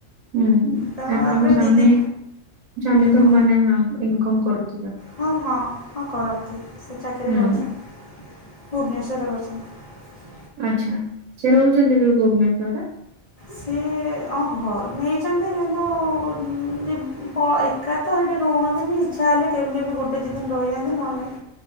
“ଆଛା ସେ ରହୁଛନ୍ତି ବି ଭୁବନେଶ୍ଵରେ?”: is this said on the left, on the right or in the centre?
Right